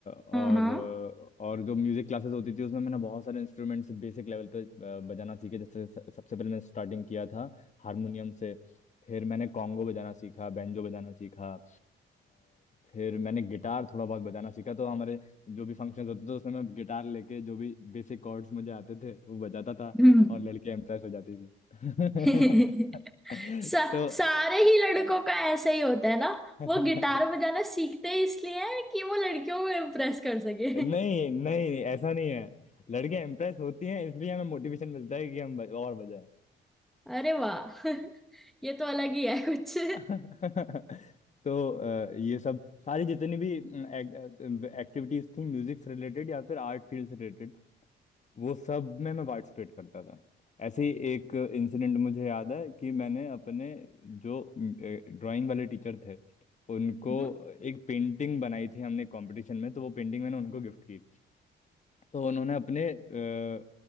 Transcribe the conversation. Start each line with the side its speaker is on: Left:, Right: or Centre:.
Left: और
Centre: हाँ हाँ
Left: और जो म्यूजिक क्लासेस होती थी उसमें मैंने बहुत सारे इंस्ट्रूमेंट्स बेसिक लेवल पे अ, बजाना सीखे जैसे स- सबसे पहले मैंने स्टार्टिंग किया था हारमोनियम से फिर मैंने कॉन्गो बजाना सीखा बैंजो बजाना सीखा अ, फिर मैंने गिटार थोड़ा बहुत बजाना सीखा तो हमारे जो भी फंक्शंस होते थे उसमें मैं गिटार लेके जो भी बेसिक कॉर्ड्स मुझे आते थे वो बजाता था
Centre: हम्म
Left: और लड़कियां इम्प्रेस हो जाती थी
Centre: <laughs> सा,
Left: <laughs> तो
Centre: सारे ही लड़कों का ऐसे ही होता है ना
Left: <laughs>
Centre: वो गिटार बजाना सीखते ही इसलिए हैं कि वो लड़कियों को इम्प्रेस कर सके <laughs>
Left: नहीं नहीं ऐसा नहीं है लड़कियां इंप्रेस होती हैं इसलिए हमें मोटिवेशन मिलता है कि हम बज, और बजाएं
Centre: अरे वाह <laughs> ये तो अलग ही है कुछ
Left: <laughs> तो अ, ये सब सारी जितनी भी एक्टिविटीज थी म्यूजिक से रिलेटेड या फिर आर्ट फील्ड से रिलेटेड वो सब में मैं पार्टिसिपेट करता था ऐसे ही एक इंसिडेंट मुझे याद है कि मैंने अपने जो ड्राइंग वाले टीचर थे उनको
Centre: <laughs>
Left: एक पेंटिंग बनाई थी हमने कंपटीशन में तो वो पेंटिंग मैंने उनको गिफ्ट की तो उन्होंने अपने अ,